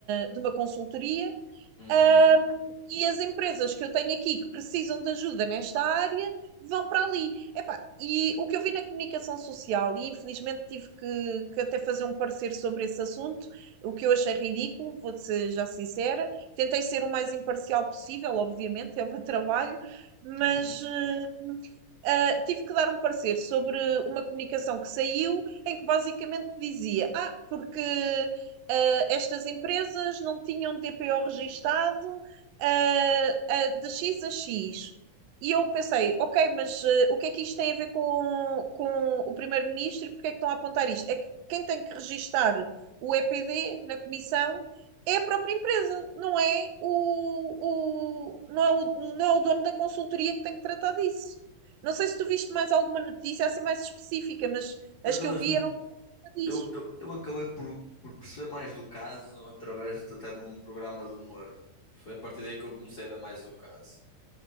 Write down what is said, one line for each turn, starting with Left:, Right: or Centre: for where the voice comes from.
Right: de uma consultoria,
Left: uhum,
Right: um, e as empresas que eu tenho aqui que precisam de ajuda nesta área vão para ali. Epá, e o que eu vi na comunicação social, e infelizmente tive que, que até fazer um parecer sobre esse assunto, o que eu achei ridículo, vou ser já sincera. Tentei ser o mais imparcial possível, obviamente, é o meu trabalho, mas.
Left: uhum.
Right: uh, Uh, tive que dar um parecer sobre uma comunicação que saiu em que basicamente dizia: Ah, porque ah, estas empresas não tinham DPO registado ah, ah, de X a X. E eu pensei, ok, mas ah, o que é que isto tem a ver com, com o primeiro-ministro e porque é que estão a apontar isto? É que quem tem que registar o EPD na comissão é a própria empresa, não é o, o- não é o, não é o dono da consultoria que tem que tratar disso. Não sei se tu viste mais alguma notícia assim mais específica, mas as
Left: Eu, das-
Right: que eu vi eram disso.
Left: eu, eu, eu acabei por, por perceber mais do caso através de- até de um programa de humor. Foi a partir daí que eu comecei a ver mais o caso.